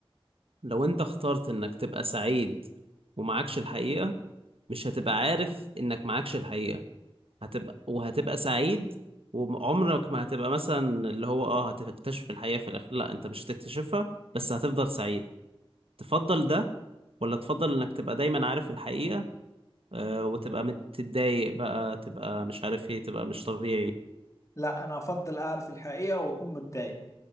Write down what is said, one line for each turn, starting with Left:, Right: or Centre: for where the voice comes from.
Right: لو انت اخترت انك تبقى سعيد ومعكش الحقيقة مش هتبقى عارف انك معكش الحقيقة هتبقى وهتبقى سعيد وعمرك ما هتبقى مثلا اللي هو اه هتكتشف الحقيقة في الاخر لا انت مش هتكتشفها بس هتفضل سعيد تفضل ده ولا تفضل انك تبقى دايما عارف الحقيقة آه وتبقى متضايق بقى تبقى مش عارف ايه تبقى مش طبيعي
Left: لا أنا أفضل أعرف الحقيقة وأكون متضايق